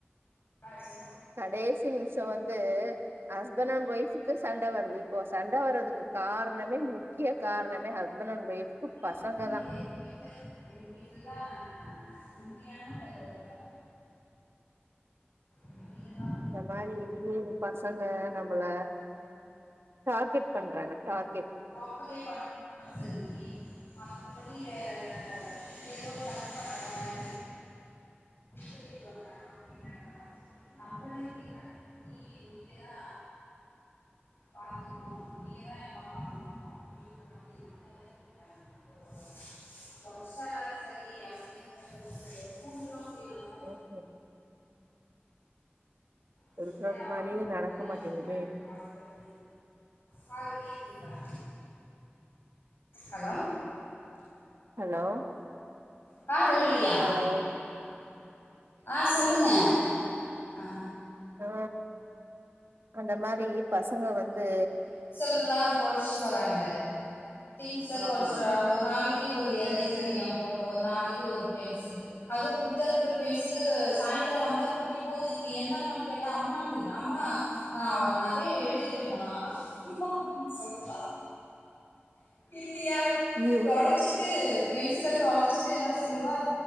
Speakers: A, on the left; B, on the right.
A: ஆய்டு
B: கடைசி நிமிஷோ வந்து ஹஸ்பண்ட் அண்ட் ஒய்ஃபுக்கு சண்ட வருது இப்பொ சண்ட வர்றதுக்கு கார்ணமே முக்கிய காரணமே ஹஸ்பண்ட் அண்ட் ஒய்ஃப்க்கு பசங்க
A: உண்மையில
B: தா
A: எங்க வீட்ல எங் வீட்லலா நா நா உண்மியான கத இதுதா எங் வீட்லலா
B: இந்த மாரி ஒவ்வொரு பசங்க நம்மள டார்கெட் பண்றாங்க டார்கெட்
A: <inaudible> ஆ சரி மத்தபடி வேற எதோ ஒரு தப்பு பண்றாங்க <inaudible> புருஷ வீட்டுக்கு வந்தாங்கன்னா அப்டி தாங்க நம்ளதா கேக்குறாங்க நீ நீங்க தா பாத்துக்கனு நீங்கதா எல்லா பண்ணணு அப்டிங்ற மாரி நம்மதா <inaudible> கொறச்ட்டானா செரி அப்டின்றது <inaudible> ஸ்கூல்லா போய் நம்ம
B: ஓ ஹோ
A: பண்ணித்தே
B: சொல்றது
A: ஆவ்னுமா
B: மாரியே நடக்க
A: ஒடனே அவுங்க
B: மாட்டேங்குதே
A: மேம்க்கு கால் பண் காதுல கேக்குதுங்ளா ஹலோ
B: ஹலோ
A: காதுல விழுலியா
B: ஹலோ
A: ஆ சொல்லுங்க ஆ
B: ஆ அந்த மாரி பசங்க வந்து
A: ல்லா தொலச்ட்டு வராங்க திங்ஸ்ஸ தொலச்ட்டு
B: ஆமா
A: வராங்க ஒரு நாளைக்கு ஒரு எரேசரு எ பொண்ணு ஒரு நாளைக்கு ஒரு பென்சில் அதுவு குடுத்தனுப்புற பென்சிலு சாயந்திரோ வந்தா குட்டி போதுருக்கு என்னமான் கேட்டா அம்மான் அம்மா ஆ அவ நறைய எழுதிட்டேமா ன் சொல்லுவா இல்லியா
B: ஏ
A: தொல ச்சிட்டு பென்சில தொலச்சிட்டு என்ன சொல்வா